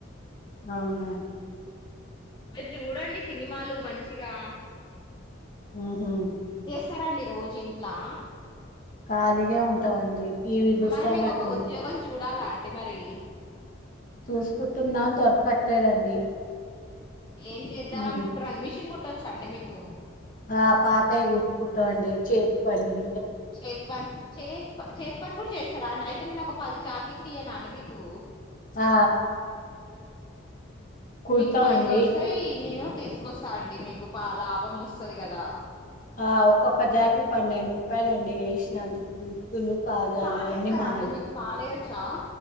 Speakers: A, on the left; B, on the left.
A: అవునా.
B: మీరు చూడండి సినిమాలు మంచిగా.
A: ఉమ్మ్ మ్మ్.
B: సరే అండి రోజింట్లా.
A: ఖాళీగా ఉంటామండి. టీవీ చూస్తా
B: మరి మీకోక
A: బట్టలు
B: ఉద్యోగం చూడాలా అండి మరి.
A: చూసుకుంటున్న దొరకట్లేదండి.
B: ఏం చేద్దాం
A: ఉమ్
B: అనుకుంటారండి మిషన్ కుట్టచ్చా అండి మీకు.
A: ఆహ్ పాతయి కుట్టుకుంటాండి చేతి పని.
B: చేతి పని చేస్. చేతి పని కూడా చేస్తారా అండి. అయితే నేను ఒక పది జాకెట్లు ఇయన అండి మీకు.
A: ఆ కుడతామండి
B: మీకు పైసలు ఒస్తయ్ నేను తీసుకొస్తా అండి మీకు పా లాభం ఒస్తది కదా
A: ఆ ఒక్కొక్క జాకెట్ పన్నెండు రూపాయలండి ఏసినందుకు ఉక్కులు కాజాలు
B: ఫాల్
A: అన్ని
B: వేస్తారా
A: మాయే
B: అండి మీకు ఫాల్ వేయొచ్చా